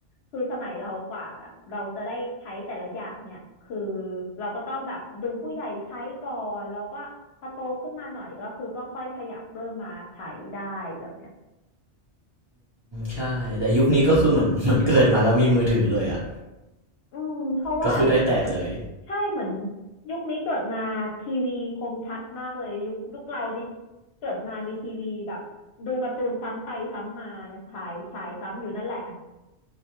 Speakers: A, on the left; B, on the right.
A: คือสมัยเรากว่าแบบเราจะได้ใช้แต่ละอย่างเนี่ยคือเราก็ต้องแบบดูผู้ใหญ่ใช้ก่อนเราก็พอโตขึ้นมาหน่อยก็คือก็ค่อยขยับเริ่มมาใช้ได้แบบเนี้ย
B: ใช่แต่ยุคนี้ก็คือเหมือนเหมือนเกิดมาแล้วมีมือถือเลยอะ
A: อืมเพราะว่า
B: ก็คือได้แตะเลย
A: ใช่เหมือนยุคนี้เกิดมาทีวีคมชัดมากเลยยุคยุคเรานี่เกิดมามีทีวีแบบดูการ์ตูนซ้ำไปซ้ำมานะฉายฉายซ้ำอยู่นั่นแหละ